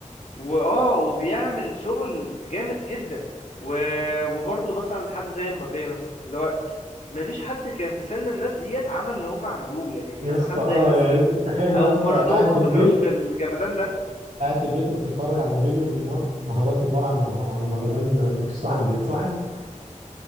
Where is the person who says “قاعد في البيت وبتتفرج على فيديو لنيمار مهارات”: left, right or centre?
Right